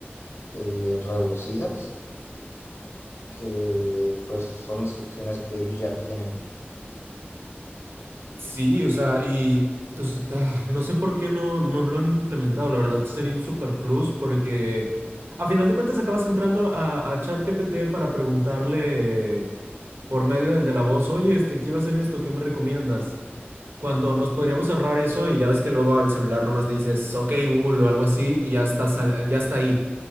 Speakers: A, on the left; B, on the right.
A: eh, reducidas, que pues son instrucciones que ellos ya tienen.
B: Sí, o sea, y entonces, ah, No sé por qué no, no lo han implementado, la verdad sería un super plus porque a final de cuentas acabas entrando a, a ChatGPT para preguntarle por medio del de la voz, oye, este, quiero hacer esto, ¿qué me recomiendas? Cuando nos podríamos ahorrar eso y ya ves que luego al celular nomás le dices, ok, Google o algo así y ya está, sal- ya está ahí.